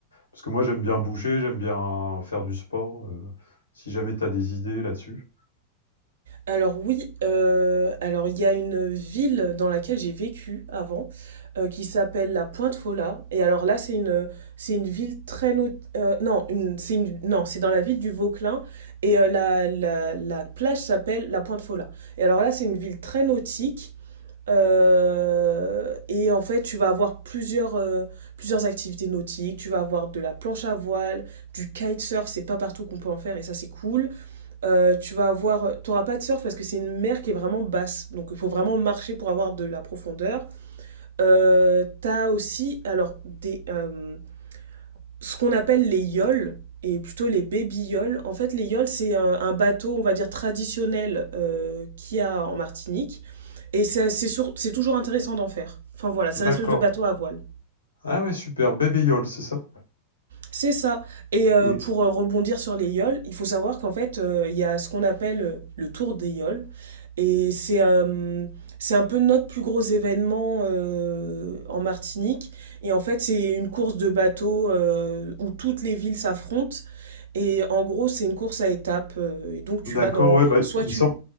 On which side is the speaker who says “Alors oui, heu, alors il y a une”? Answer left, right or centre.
Right